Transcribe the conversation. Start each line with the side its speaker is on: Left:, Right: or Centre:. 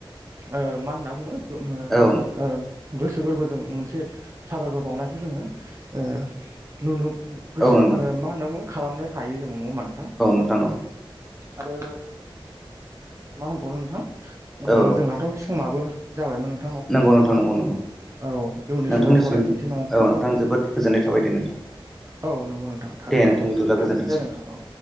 Right: ओ मा होनना बुङो
Centre: औ
Right: ओ गोसो गोरबोजों मोनसे साबायखर बावनायखौ जोङो ओ नुनो गोसो
Centre: नोंथां औ नोंथां औ नोंथां
Right: मा होनना बुङो खालामनो हायो जों नङा होमबा नोंथां।
Centre: नोंथां औ
Right: आरो मा होनबावनो नोंथां ओम
Centre: औ
Right: जोंहाथ' समाबो जाबायमोन नों
Centre: नंगौ नोंथां नंगौ नंगौ।
Right: औ। इयुननि
Centre: नोंथांनिसिम
Right: समाव सावरायफिनसै नङा
Centre: औ नोंथां जोबोद गोजोननाय थाबाय दे नोंथां।
Right: औ नंगौ नोंथां थारैनो
Centre: दे नोंथां बिदिब्ला गोजोनथोंसै
Right: दे नोंथां औ।